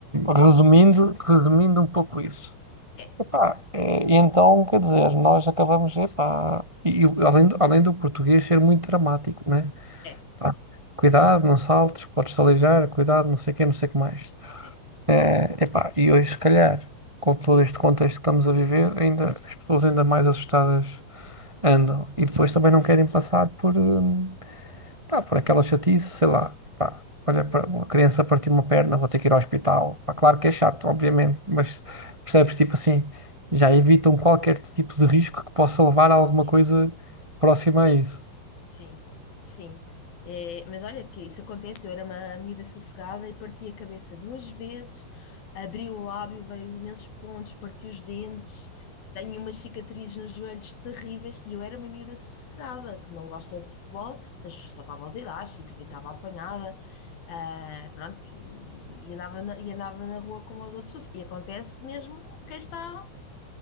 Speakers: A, on the right; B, on the left.
A: Resumindo, resumindo um pouco isso.
B: É,
A: Epá, eh, e então, quer dizer, nós acabamos, epá, E, e além do, além do português ser muito dramático, né?
B: é,
A: Pá, cuidado, não saltes, podes-te aleijar, cuidado, não sei o quê, não sei o que mais.
B: é.
A: É, epá, e hoje, se calhar, com todo este contexto que estamos a viver, ainda, as pessoas ainda mais assustadas andam. E depois também não querem passar por. hum, Pá, por aquela chatice, sei lá. Pá, olha, para uma criança partir uma perna, vou ter que ir ao hospital. Pá, claro que é chato, obviamente, mas percebes, tipo assim, já evitam qualquer tipo de risco que possa levar a alguma
B: Sim,
A: coisa próxima
B: sim,
A: a isso.
B: sim. sim. É, mas olha que isso acontece, eu era uma miúda sossegada e parti a cabeça duas vezes, abri o lábio, veio imensos pontos, parti os dentes, tenho umas cicatrizes nos joelhos terríveis e eu era uma miúda sossegada, que não gosta de futebol, mas saltava aos elásticos, brincava à apanhada, ah, pronto, e, e andava na, e andava na rua como as outras pessoas. E acontece mesmo a quem está